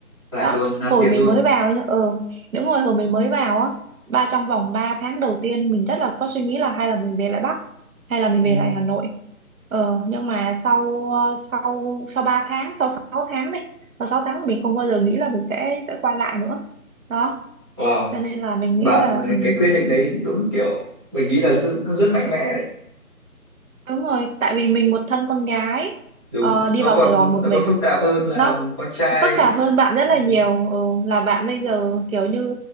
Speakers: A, on the right; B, on the right.
A: lại
B: Đó,
A: luôn nam
B: hồi
A: tiến
B: mình
A: luôn
B: mới vào nhá, ờ đúng rồi, hồi mình mới vào á, ba trong vòng 3 tháng đầu tiên mình rất là có suy nghĩ là hay là mình về lại Bắc hay là mình
A: ừ.
B: về lại Hà Nội. Ờ nhưng mà sau sau sau 3 tháng, sau 6 tháng này, sau 6 tháng mình không bao giờ nghĩ là mình sẽ sẽ quay lại nữa. Đó,
A: wow
B: cho nên là mình
A: bạn
B: nghĩ là ừ,
A: cái quyết định đấy đúng kiểu mình nghĩ là rất, rất mạnh mẽ đấy
B: đúng rồi, tại vì mình một thân con gái
A: đúng
B: ờ,
A: nó
B: đi vào
A: còn
B: Sài Gòn một
A: nó
B: mình
A: còn phức tạp hơn là
B: nó
A: con trai
B: phức tạp hơn bạn rất là
A: ừ,
B: nhiều ừ, là bạn bây giờ kiểu như